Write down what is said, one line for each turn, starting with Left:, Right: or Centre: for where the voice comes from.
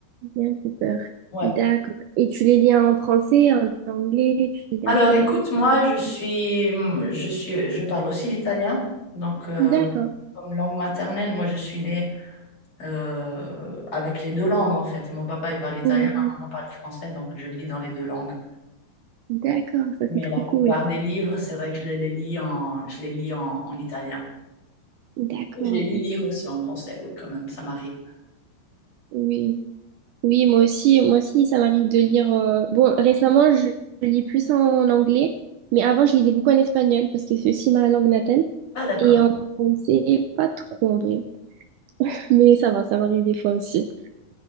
Right: liens Cooper.
Left: Ouais.
Right: D'accord. Et tu les lis en français, en anglais? Tu les lis
Left: Alors
Right: en quelle
Left: écoute,
Right: langue?
Left: moi je suis, je suis, je parle aussi l'italien, donc euh,
Right: D'accord.
Left: comme langue maternelle, moi je suis née euh, avec les deux langues en fait. Mon papa il parle italien,
Right: Hum,
Left: ma maman parle français, donc je lis dans les deux langues.
Right: D'accord, ça
Left: Mais
Right: c'est trop
Left: la plupart
Right: cool.
Left: des livres, c'est vrai que je les lis en, je les lis en, en italien.
Right: D'accord.
Left: Je les lu lire aussi en français, oui quand même, ça m'arrive.
Right: Oui. Oui, moi aussi, moi aussi, ça m'arrive de lire. euh, Bon, récemment, je, je lis plus en anglais, mais avant, je lisais beaucoup en espagnol parce que c'est aussi ma langue natale.
Left: Ah d'accord.
Right: Et en français, pas trop en vrai. <laughs> Mais ça va, ça m'arrive des fois aussi.